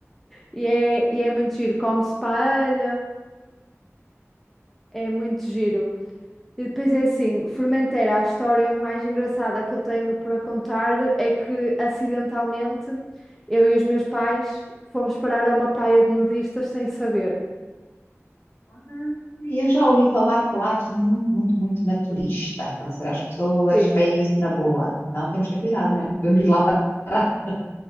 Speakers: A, in the centre; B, on the left.
A: E é, e é muito giro. Come-se paella, é muito giro. E depois é assim, Formentera, a história mais engraçada que eu tenho para contar é que acidentalmente eu e os meus pais fomos parar a uma praia de nudistas sem saber.
B: Ah, Eu já ouvi falar que lá é tudo muito, muito, muito naturista. Ou seja, as pessoas
A: Sim.
B: veem isso na boa. Então temos que ter cuidado, não é? Vamos lá para <laughs>